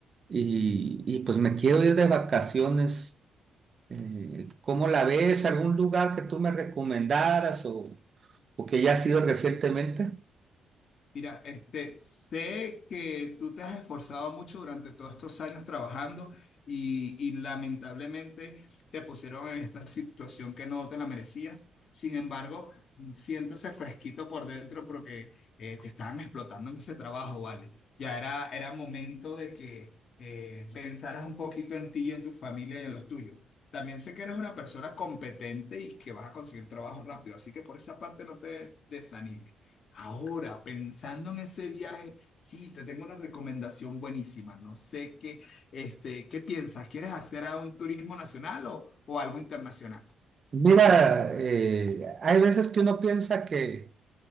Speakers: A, on the right; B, on the left.
A: y,
B: ujú.
A: y, pues me quiero ir de vacaciones. Eh, ¿cómo la ves? ¿Algún lugar que tú me recomendaras o, o que ya has ido recientemente?
B: Mira, este, sé que tú te has esforzado mucho durante todos estos años trabajando y, y lamentablemente te pusieron en esta situación que no te la merecías. Sin embargo, mm, siéntese fresquito por dentro porque eh, te estaban explotando en ese trabajo, ¿vale? Ya era, era momento de que eh, pensaras un poquito en ti y en tu familia y en los tuyos. También sé que eres una persona competente y que vas a conseguir trabajo rápido, así que por esa parte no te desanimes. Ahora, pensando en ese viaje, sí, te tengo una recomendación buenísima. No sé qué, este, ¿qué piensas? ¿Quieres hacer a un turismo nacional o, o algo internacional?
A: Mira, eh, hay veces que uno piensa que,